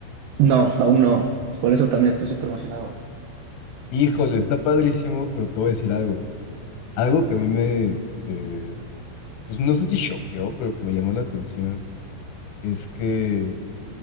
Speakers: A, on the right; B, on the left.
A: No, aún no. Por eso también estoy súper emocionado.
B: Híjole, está padrísimo, pero te voy a decir algo. Algo que a mí me, eh, pues no sé si choqueó, pero que me llamó la atención, es que